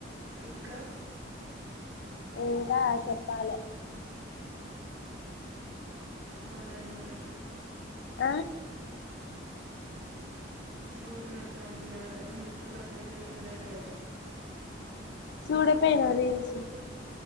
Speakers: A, on the right; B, on the left.
A: ఇంకా
B: ఇంకా చెప్పాలి
A: పాలనగా
B: ఆ
A: బోరు కొడతంది గా డిఎస్ క్లాస్ ఐతే ఉందో లేదో
B: సూడే పేనా రీల్స్